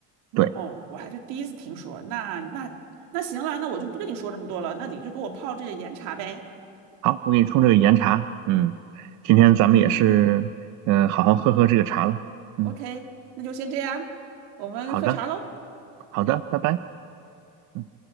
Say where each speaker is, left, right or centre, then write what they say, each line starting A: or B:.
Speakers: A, on the right (about 50°); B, on the right (about 75°).
A: 对，
B: 哦，我还是第一次听说，那那那行了，那我就不跟你说这么多了，那你就给我泡这个岩茶呗。
A: 好，我给你冲这个岩茶。嗯，今天咱们也是，嗯、好好喝喝这个茶了。嗯，
B: OK，那就先这样，我们喝茶喽。
A: 好的，好的，拜拜。嗯。